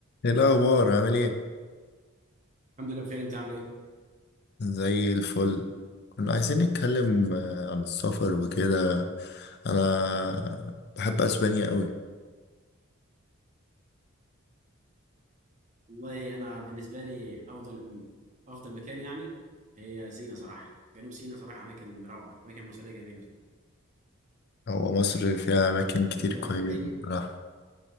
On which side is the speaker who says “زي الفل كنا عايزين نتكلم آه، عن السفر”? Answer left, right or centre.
Left